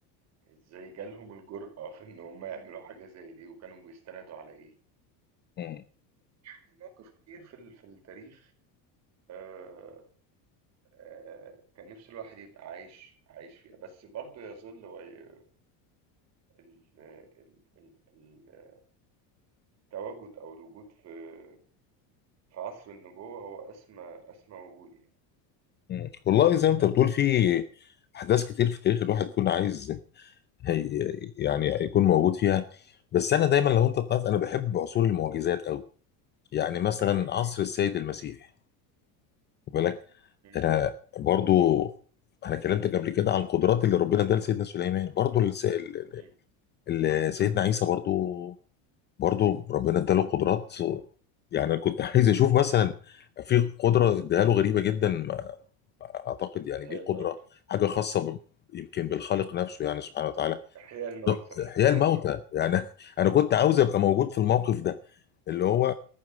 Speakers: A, on the right (about 40°); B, on the left (about 25°).
A: ازاي جالهم الجرأة في ان هم يعملوا حاجة زي دي وكانوا بيستندوا على ايه
B: مم.
A: يعني مواقف كتير في ال... في التاريخ آه، آآ كان نِفْسه الواحد يبقى عايش عايش فيها، بس برضه يظل وي ال ال ال ال التواجد أو الوجود في في عصر النبوة هو أسمى أسمى وجود يعني.
B: مم. والله زي ما انت بتقول في احداث كتير في التاريخ الواحد يكون عايز هي يعني يكون موجود فيها بس انا دايما لو انت طلعت انا بحب عصور المعجزات قوي يعني مثلا
A: إمم،
B: عصر السيد المسيح خد بالك
A: إمم،
B: انا برضو انا كلمتك قبل كده عن القدرات اللي ربنا اداها لسيدنا سليمان برضو الس- ال- ال-
A: إمم.
B: ال- سيدنا عيسى برضو برضو ربنا اداله قدرات يعني انا كنت <laughs> عايز اشوف مثلا في قدره اداها له غريبه جدا اعتقد يعني
A: إحياء
B: دي
A: الموتى،
B: قدره حاجه خاصه ب... يمكن بالخالق نفسه يعني سبحانه وتعالى
A: إحياء الموتى، إحياء
B: احياء
A: الموتى.
B: الموتى يعني <laughs> انا كنت عاوز ابقى موجود في الموقف ده اللي هو